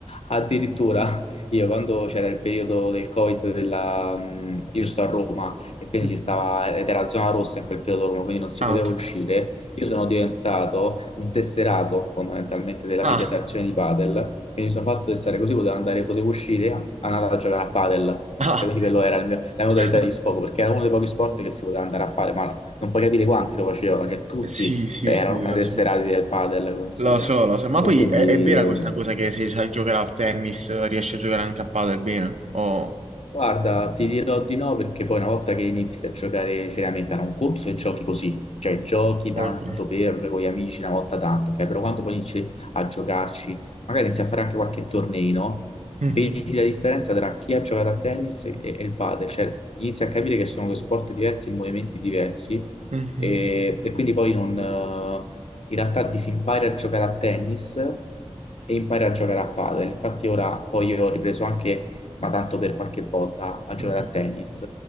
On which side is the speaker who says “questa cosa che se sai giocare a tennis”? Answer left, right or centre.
Right